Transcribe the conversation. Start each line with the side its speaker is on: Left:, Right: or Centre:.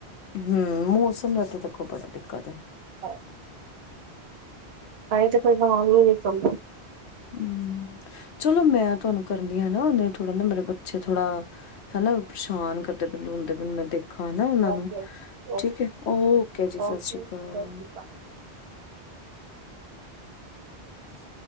Left: ਹਮ, ਮੌਸਮ ਦਾ ਤੇ ਦੇਖੋ ਬੜਾ ਦਿੱਕਤ ਐ
Right: ਹਹ ਆਏ ਤੇ ਕੋਈ ਭਾਵੀ ਨਹੀ ਸਮਝਦੀ
Left: ਹਮ, ਚਲੋ ਮੈਂ ਤੁਹਾਨੂੰ ਕਰਨਦੀ ਆਂ ਨਾ, ਹੁਨੇ ਥੋੜਾ ਨਾ ਮੇਰੇ ਬੱਚੇ ਥੋੜਾ ਹਨਾ, ਪਰੇਸ਼ਾਨ ਕਰਦੇ ਪਏ, ਰੋਂਦੇ ਪਏ, ਮੈਂ ਦੇਖਾ ਹਨਾ ਉਹਨਾਂ
Right: ਓਕੇ
Left: ਨੂੰ
Right: ਓਕੇ
Left: ਠੀਕ ਐ, ਓਕੇ ਜੀ
Right: ਓਕੇ
Left: ਸਸ਼੍ਰੀ
Right: ਸਤਿ
Left: ਅਕਾਲ
Right: ਸ਼੍ਰੀ
Left: <inaudible>